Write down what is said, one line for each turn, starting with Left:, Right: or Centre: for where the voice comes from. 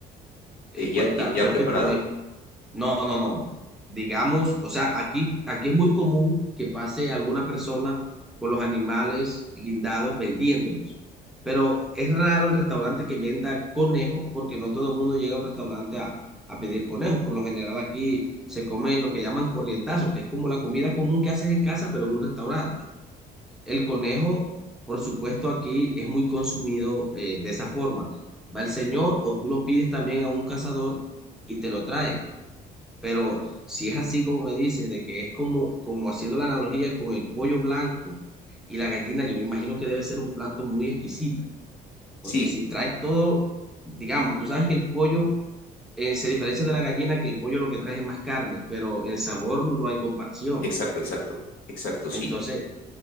Centre: Eh,
Left: eh, ya,
Centre: cuesta,
Left: ya ya
Centre: cuesta
Left: preparado.
Centre: un conejo, no, no, no. Digamos, o sea, aquí, aquí es muy común que pase alguna persona con los animales guindados vendiéndolos. Pero es raro el restaurante que venda conejo porque no todo el mundo llega a un restaurante a, a pedir conejo. Por lo general aquí se come lo que llaman corrientazo, que es como la comida común que haces en casa, pero en un restaurante. El conejo, por supuesto, aquí es muy consumido eh, de esa forma. Va el señor o tú lo pides también a un cazador y te lo trae. Pero si es así como me dices, de que es como, como haciendo la analogía con el pollo blanco y la gallina, yo imagino que debe ser un plato muy exquisito, porque
Left: Sí,
Centre: si trae todo, digamos, tú sabes que el pollo eh, se diferencia de la gallina, que el pollo lo que trae es más carne, pero en sabor no hay comparación.
Left: exacto, exacto, exacto,
Centre: Entonces,
Left: sí.